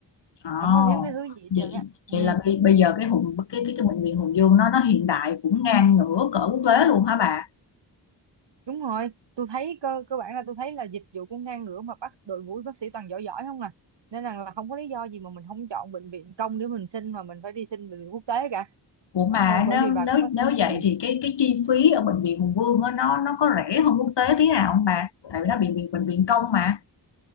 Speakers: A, on the left; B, on the right.
A: Ồ,
B: không có thiếu cái thứ gì hết
A: vậy
B: trơn á ừ
A: vậy là bây, bây giờ cái Hùng cái cái cái bệnh viện Hùng Vương nó nó hiện đại cũng ngang ngửa cỡ quốc tế luôn hả bà?
B: Đúng rồi, tôi thấy cơ cơ bản là tôi thấy là dịch vụ cũng ngang ngửa mà bắt đội ngũ bác sĩ toàn giỏi giỏi không à. Nên rằng là không có lý do gì mà mình không chọn bệnh viện công để mình xin mà mình phải đi xin bệnh viện quốc tế cả.
A: Ủa mà
B: Ờ, bởi
A: nếu
B: vì
A: nếu
B: bà cũng có
A: nếu
B: thể
A: vậy
B: ừ,
A: thì cái cái chi phí ở bệnh viện Hùng Vương á, nó nó có rẻ hơn quốc tế tí nào không bà? Tại vì nó bị bệnh viện bệnh viện công mà.